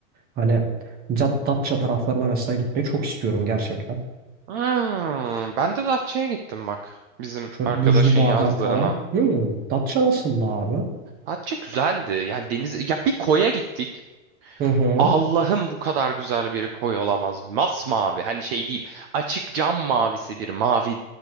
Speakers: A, on the right (about 20°); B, on the right (about 45°).
A: Hani Ca- Datça taraflarına mesela gitmeyi çok istiyorum gerçekten.
B: Hmm, ben de Datça'ya gittim bak. Bizim
A: Şöyle
B: arkadaşın
A: buzlu badem
B: yazdığına.
A: falan. Hmm, Datça nasıl abi?
B: Datça güzeldi. Yani deniz ya bir koya gittik.
A: Hı hı.
B: Allah'ım bu kadar güzel bir koy olamaz. Masmavi. Hani şey değil. Açık cam mavisi bir mavi